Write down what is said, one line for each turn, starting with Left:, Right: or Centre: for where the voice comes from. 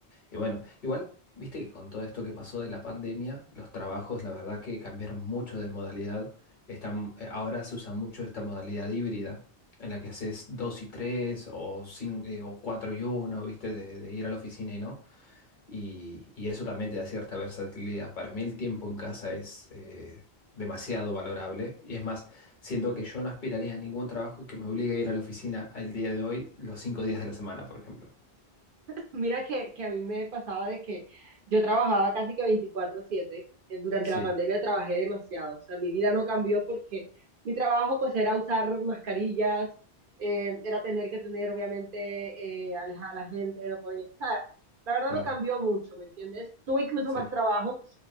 Left: y bueno, igual, viste que con todo esto que pasó de la pandemia, los trabajos, la verdad que cambiaron mucho de modalidad. Están, eh, ahora se usa mucho esta modalidad híbrida, en la que haces dos y tres o, cinco eh, o cuatro y uno, ¿viste? De, de ir a la oficina y no y, y eso también te da cierta versatilidad. Para mí el tiempo en casa es eh, demasiado valorable y es más, siento que yo no aspiraría a ningún trabajo que me obligue a ir a la oficina el día de hoy, los cinco días de la semana, por ejemplo.
Right: <laughs> Mira que, que a mí me pasaba de que yo trabajaba casi que veinticuatro siete Eh, Durante
Left: Sí,
Right: la pandemia trabajé demasiado. O sea, mi vida no cambió porque mi trabajo pues era usar mascarillas, eh, era tener que tener obviamente eh, alejar a la gente, no podía. O sea, la verdad
Left: claro,
Right: no cambió mucho, ¿me entiendes? Tuve incluso
Left: sí,
Right: más trabajo